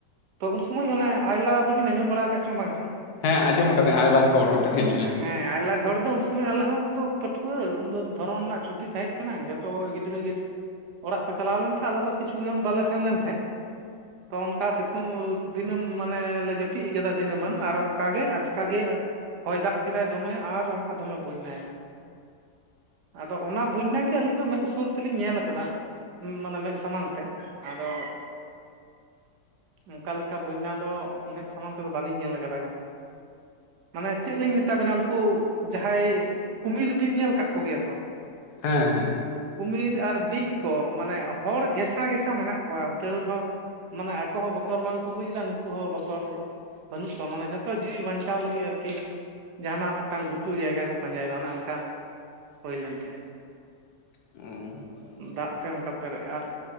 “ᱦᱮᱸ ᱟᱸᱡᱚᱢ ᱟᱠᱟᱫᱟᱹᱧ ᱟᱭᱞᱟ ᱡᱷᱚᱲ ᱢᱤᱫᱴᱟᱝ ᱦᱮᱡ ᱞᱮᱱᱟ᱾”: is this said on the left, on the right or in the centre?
Left